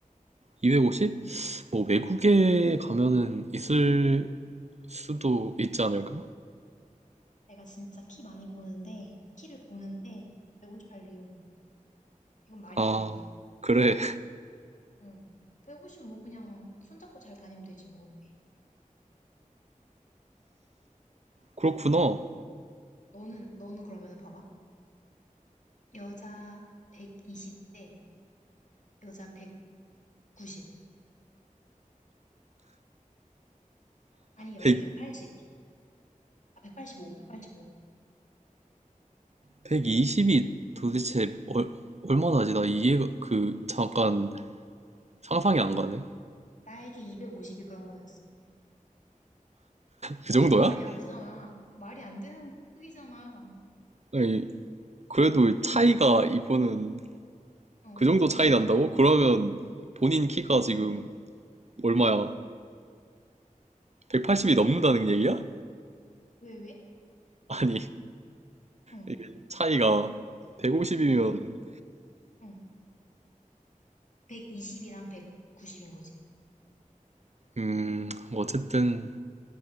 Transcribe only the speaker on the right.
250? 뭐 외국에 가면은 있을 수도 있지 않을까?
아,
그래.
<laughs> 그렇구나.
1
백이십2 0이 도대체 얼, 얼마나지? 나 이해가, 그, 잠깐 상상이 안 가네.
그 정도야?
아니, 그래도 차이가 이거는
그 정도 차이 난다고? 그러면 본인 키가 지금
얼마야? 180이 넘는다는 얘기야?
<laughs> 아니,
이게 차이가 150이면,
음, 뭐 어쨌든,